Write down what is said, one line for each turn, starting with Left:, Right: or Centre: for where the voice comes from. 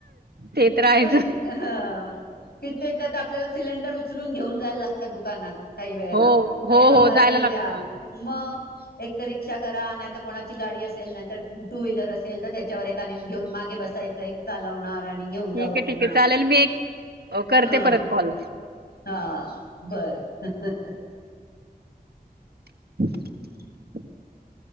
Right: ते तर आहेच
Left: पण, ह. कित्येकदा तर आपल्याला सिलेंडर उचलून घेऊन जायला लागतं दुकानात. काही वेळेला,
Right: हो हो
Left: अरे बाबा
Right: हो
Left: हे
Right: जायला लागतं
Left: ज्या. मग एक तर रिक्षा करा, नाहीतर कोणाची गाडी असेल नाही तर टू व्हीलर असेल कर, त्याच्यावर एकाने घेऊन मागे बसायचं. एक चालवणार आणि घेऊन जा
Right: ठीक
Left: उचलून
Right: आहे ठीक आहे चा केल, मी एक करते
Left: हा
Right: परत कॉल.
Left: हा बरं हा हा हा.
Right: <inaudible>